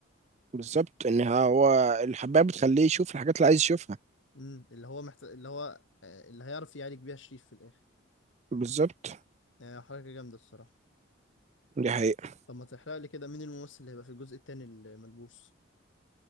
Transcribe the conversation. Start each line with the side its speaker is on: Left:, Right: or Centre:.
Right: بالظبط ان هو الحباية بتخليه يشوف الحاجات اللي عايز يشوفها
Left: امم اللي هو محت... اللي هو آه، اللي هيعرف يعالج بيها شريف في الاخر
Right: بالظبط
Left: آه حركه جامده الصراحه
Right: دي حقيقة
Left: طب ما تحرق لي كده مين الممثل اللي هيبقى في الجزء التاني الملبوس